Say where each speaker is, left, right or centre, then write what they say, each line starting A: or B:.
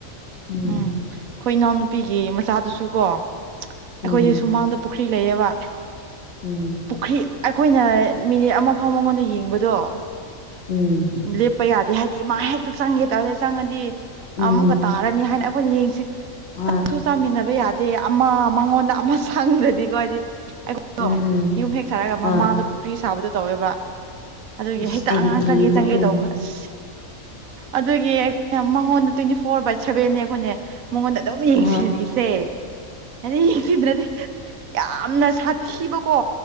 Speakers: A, on the left; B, on the right.
A: ꯑꯗꯨꯝ
B: ꯎꯝ ꯑꯩꯈꯣꯏ ꯏꯅꯥꯎ ꯅꯨꯄꯤꯒꯤ ꯃꯆꯥꯗꯨꯁꯨ ꯀꯣ ꯑꯩꯈꯣꯏꯁꯦ
A: ꯎꯝ
B: ꯁꯨꯃꯥꯡꯗꯥ ꯄꯨꯈ꯭ꯔꯤ ꯂꯩꯌꯦꯕ
A: ꯎꯝ
B: ꯄꯨꯈ꯭ꯔꯤ ꯑꯩꯈꯣꯏꯅ ꯃꯤꯅꯤꯠ ꯑꯃ ꯐꯥꯎ ꯃꯉꯣꯟꯗ ꯌꯦꯡꯕꯗꯣ
A: ꯎꯝ
B: ꯂꯦꯞꯄ ꯌꯥꯗꯦ ꯍꯥꯏ ꯃꯥ ꯍꯦꯛꯇ ꯆꯪꯒꯦ ꯇꯔꯗ ꯆꯪꯉꯗꯤ
A: ꯎꯝ
B: ꯑꯃꯨꯛꯀ ꯇꯥꯔꯅꯤ ꯍꯥꯏꯅ ꯑꯩꯈꯣꯏꯅ ꯌꯦꯡꯁꯤ
A: ꯍꯣꯏ
B: ꯆꯥꯛꯁꯨ ꯆꯥꯃꯤꯟꯅꯕ ꯌꯥꯗꯦ ꯑꯃ ꯃꯉꯣꯟꯗ ꯑꯃ ꯁꯪꯗꯗꯤꯀꯣ ꯍꯥꯏꯗꯤ ꯑꯩꯉꯣꯟꯗꯣ
A: ꯎꯝ ꯎꯝ
B: ꯌꯨꯝ ꯍꯦꯛ ꯁꯥꯔꯒ
A: ꯍꯣꯏ
B: ꯃꯃꯥꯡꯗꯣ ꯄꯨꯈ꯭ꯔꯤ ꯁꯥꯕꯗꯣ ꯇꯧꯋꯦꯕ ꯑꯗꯨꯒꯤ
A: ꯑꯁ
B: ꯍꯦꯛꯇ
A: ꯑꯩꯗꯤ
B: ꯑꯉꯥꯡ
A: ꯀꯤꯌꯦꯀꯣ
B: ꯆꯪꯒꯦ ꯆꯪꯒꯦ
A: ꯑꯗꯨꯝ
B: ꯇꯧꯕ ꯑꯁ ꯑꯗꯨꯒꯤ ꯑꯩꯈꯣꯏꯅ ꯃꯉꯣꯟꯗ ꯇ꯭ꯋꯦꯟꯇꯤ ꯐꯣꯔ ꯕꯥꯏ ꯁꯦꯚꯦꯟꯅꯦ ꯑꯩꯈꯣꯏꯅꯦ ꯃꯉꯣꯟꯗꯥ ꯑꯗꯨꯝ ꯌꯦꯡꯁꯤꯜꯂꯤꯁꯦ
A: ꯍꯣꯏ
B: ꯍꯥꯏꯗꯤꯗ꯭ꯔꯗꯤ ꯌꯥꯝꯅ ꯁꯥꯊꯤꯕꯀꯣ